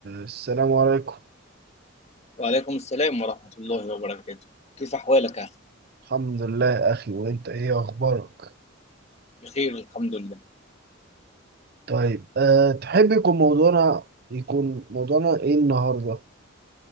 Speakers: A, on the right; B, on the left.
A: السلام عليكم
B: وعليكم السلام ورحمة الله وبركاته كيف أحوالك يا أخي؟
A: الحمد لله أخي وأنت إيه أخبارك؟
B: بخير الحمد لله
A: طيب أه تحب يكون موضوعنا يكون موضوعنا إيه النهاردة؟